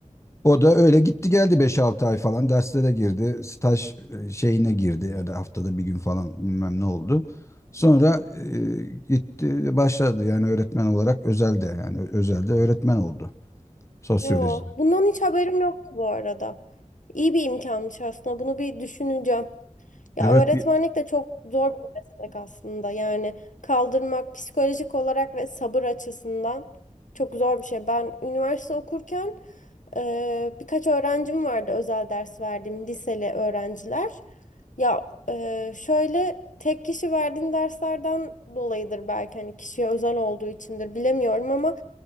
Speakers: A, on the left (about 20°); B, on the left (about 80°).
A: O da öyle gitti geldi beş altı ay falan derslere girdi. Staj e, şeyine girdi ya da haftada bir gün falan bilmem ne oldu. Sonra e, gitti başladı yani öğretmen olarak özelde yani ö- özelde öğretmen oldu sosyolojide.
B: Yo, bundan hiç haberim yoktu bu arada. İyi bir imkanmış aslında. Bunu bir düşüneceğim. Ya
A: Evet.
B: öğretmenlik de çok zor bir meslek aslında. Yani kaldırmak psikolojik olarak ve sabır açısından çok zor bir şey. Ben üniversite okurken e, birkaç öğrencim vardı özel ders verdiğim liseli öğrenciler. Ya e, şöyle tek kişi verdiğin derslerden dolayıdır belki hani kişiye özel olduğu içindir bilemiyorum ama